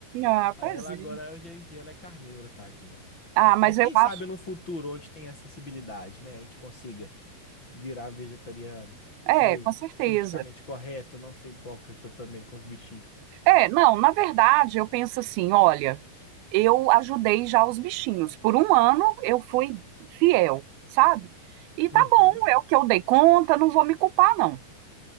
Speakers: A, on the right (about 85°); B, on the left (about 30°).
A: ah,
B: Aí
A: pois
B: ela
A: é.
B: agora, hoje em dia, ela é carnívora, tadinha.
A: Ah, mas
B: Mas quem
A: eu
B: sabe
A: acho.
B: no futuro, onde tem acessibilidade, né, a gente consiga virar vegetariano, ser
A: É, com certeza.
B: politicamente correto, não ser hipócrita também com os bichinhos.
A: É, não, na verdade, eu penso assim: olha, eu ajudei já os bichinhos. Por um ano eu fui fiel, sabe? E
B: Uhum.
A: tá bom, é o que eu dei conta, não vou me culpar, não.